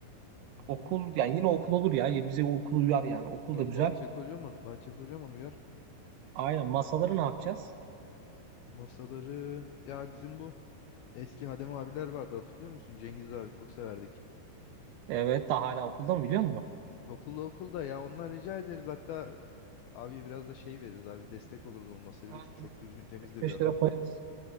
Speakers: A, on the left; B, on the right.
A: Hı
B: okul
A: hı.
B: yani yine okul olur ya. Ya Bize okul uyar yani. Okul
A: Lan
B: da güzel.
A: Bahçe Kocaman, Bahçe Kocaman uyar.
B: Aynen. Masaları ne yapacağız?
A: Masaları ya bizim bu eski Hadem abiler vardı hatırlıyor musun? Cengiz abi çok severdik.
B: Evet daha hala okulda mı biliyor musun?
A: Okulda okulda ya ondan rica ederiz. Hatta abiye biraz da şey veririz abi destek oluruz olmasa
B: Abi
A: biliyorsun çok
B: yirmi
A: düzgün temiz de
B: beş
A: bir adam.
B: lira koyarız.